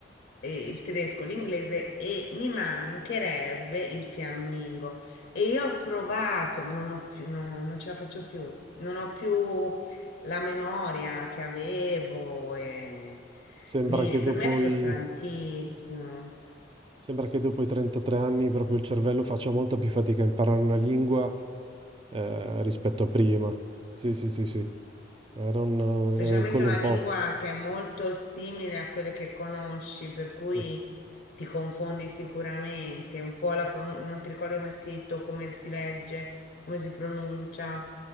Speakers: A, on the left; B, on the right.
A: e il tedesco, l'inglese e mi mancherebbe il fiammingo. E io ho provato, ma non ho più, no, non ce la faccio più. Non ho più la memoria che avevo. E
B: Sembra
A: mi-
B: che
A: per
B: dopo
A: me è frustrantissimo.
B: i Sembra che dopo i 33 anni proprio il cervello faccia molta più fatica a imparare una lingua eh, rispetto a prima. Sì, sì, sì, sì. Era un,
A: specialmente
B: eh, quello
A: una
B: un po'.
A: lingua che è molto simile a quelle che conosci, per cui
B: Sì,
A: ti confondi sicuramente, un po' la pronun- non ti ricordi come è scritto, come si legge, come si pronuncia.